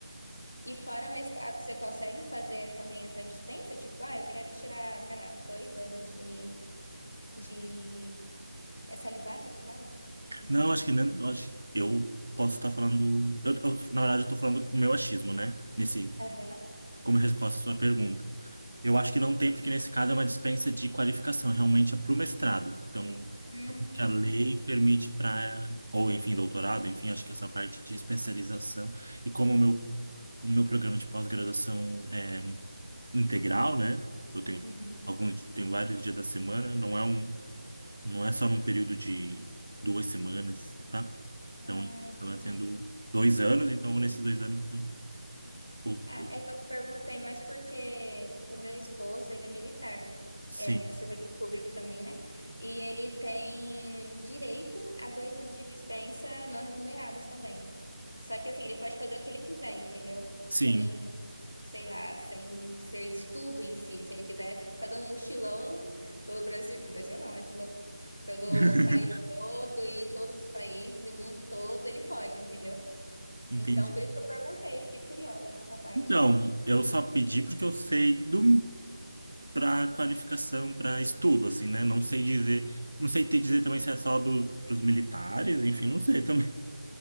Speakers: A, on the left; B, on the right.
A: E fora mestrado, você consegue fazer também essa dispensa? Tipo, ah, eu quero tirar, sei lá, dois anos de, de... É celibato que fala? Não
B: Não,
A: lembro qual
B: acho
A: que
B: que
A: é
B: nem,
A: o nome.
B: acho, eu posso estar falando, eu, eu, na verdade eu estou falando o meu achismo, né? Nesse
A: Aham.
B: como resposta à sua pergunta. Eu acho que não tem, porque nesse caso é uma dispensa de qualificação, realmente é para o mestrado. Então,
A: Hum,
B: é o que a lei permite para, ou enfim, doutorado, enfim, acho que essa parte de especialização. E como o meu, o meu programa de pós-graduação é integral, né? Eu tenho
A: uhum.
B: alguns, tenho vários dias da semana, não é um, não é só num período de duas semanas, tá?
A: Ah,
B: Então,
A: entendi.
B: estava sendo dois anos, então nesses dois anos eu, eu,
A: Ah,
B: eu-
A: é que eu perguntei, mas porque o meu esposo, ele é militar,
B: sim,
A: é servidor público também, né? E ele tem direito a dois anos de dispensa não remunerados também. Só que assim, ele pode fazer o que ele quiser, entendeu? Sem,
B: sim,
A: sei lá, sem ser estudo em si. Se ele quiser fazer um mochilão pelo Brasil, Brasil não, é que louco, pelo
B: <laughs>
A: país todo e todos os países e mundo todo, ele pode, entendeu?
B: entendi.
A: Então, por isso que eu perguntei, fiquei curiosa nessa parte.
B: Não, eu só pedi porque eu sei do para qualificação, para estudo, assim, né? Não sei dizer, não sei te dizer também se é só do, pros militares, enfim, não sei também. <laughs>